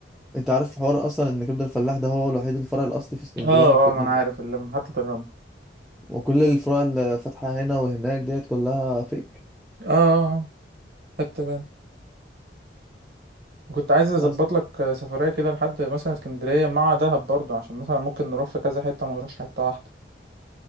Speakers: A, in the centre; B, on the right.
A: أنت عارف حوار أصلا إن كبدة الفلاح ده هو الوحيد الفرع الأصلي في اسكندرية
B: اه
A: ما في...
B: اه ما
A: ما-
B: انا عارف اللي في محطه الرمل
A: وكل الفروع اللي فاتحة هنا وهناك ديت كلها فيك
B: اه آه، خدت بالي كنت عايز اظبط
A: بس
B: لك آه، سفريه كده لحد مثلا اسكندريه مع دهب برضو عشان مثلا ممكن نروح في كذا حته وما نروحش حته واحده